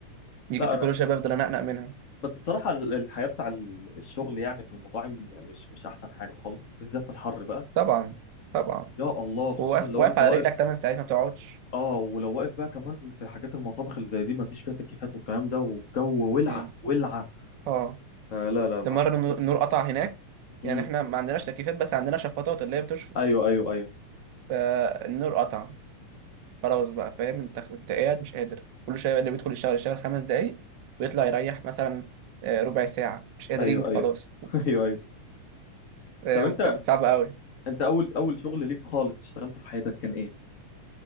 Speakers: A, on the right; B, on the left.
A: دي
B: لا
A: كنت
B: أنا
A: كل شويه بفضل انقنق منها
B: بس الصراحه ال- الحياه بتاع ال- الشغل يعني في المطاعم مش مش احسن حاجه خالص بالذات في الحر بقى
A: طبعا طبعا
B: يا الله خصوصا
A: واقف
B: لو
A: واقف
B: انت
A: على
B: واقف
A: رجلك 8 ساعات ما بتقعدش
B: اه ولو واقف بقى كمان في حاجات المطابخ اللي زي دي ما فيش فيها تكييفات والكلام ده والجو ولعه
A: أمم.
B: ولعه
A: اه
B: آه لا لا ما
A: ده مرة
B: حبيتش
A: النو- النور قطع هناك يعني
B: امم
A: احنا ما عندناش تكييفات بس عندنا شفاطات اللي هي بتشفط
B: ايوه ايوه ايوه
A: فالنور قطع خلاص بقى فاهم انت كنت قاعد مش قادر كل شوية اللي بيدخل يشتغل يشتغل خمس دقايق ويطلع
B: امم
A: يريح مثلا آه، ربع ساعة مش قادرين
B: ايوه ايوه
A: خلاص
B: <laughs> ايوه ايوه
A: فاهم
B: طب انت
A: انت كانت صعبة قوي
B: انت اول اول شغل ليك خالص اشتغلته في حياتك كان ايه؟